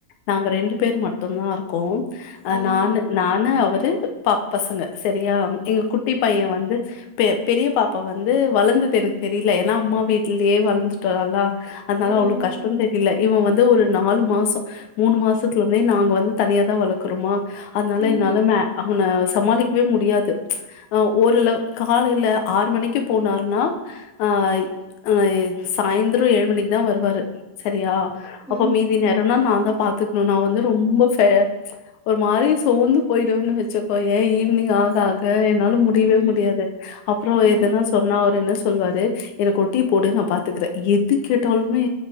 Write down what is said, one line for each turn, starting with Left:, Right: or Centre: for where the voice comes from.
Left: நாங்க ரெண்டு பேர் மட்டுதா இருக்கோ ஆ
Centre: ம்
Left: நானு நானு அவரு ப பசங்க சரியா ம் எங்க குட் ட்டி பைய வந்து பெ பெரிய பாப்பா வந்து வளந்தது எனக்கு தெரியல ஏன்னா அம்மா வீட்லயே வளந்துட்டாளா அதனால
Centre: ம்
Left: அவளோ கஷ்டோ தெரியில்லே இவன் வந்து ஒரு நாலு மாஸ் ம் மூணு மாசத்துல இருந்தே நாங்க வந் ம் தனியாதா வளக்குறேமா அதனால
Centre: ம்
Left: என்னால மே அவனை சமாளிக்வே முடியாது ஆ ஒரு லவ் காலையில ஆறு மணிக்கு போனார்ன்னா ஆ ஆ ஏ சாய்ந்திரோ ஏழு மணிக்கு தா வருவாரு சரியா அப்ப
Centre: ம்
Left: மீதி
Centre: ம்
Left: நேரோனா நாந்த பாத்துக்ணு நா வந்து ரொம்ப ஃபேர் ஒரு மாரி சோர்ந்து போயிடுவேன்னு வச்சக்கய்யே ஈவினிங் ஆக ஆக என் நாலு முடியவே
Centre: ம்
Left: முடியாது அப்றோ
Centre: ம்
Left: எதனா சொன்னா அவர் என்னஸ் சொல்வாரு எனக்கு ஒரு டீ போடு நா பாத்துக்கிற எது கேட்டாலுமே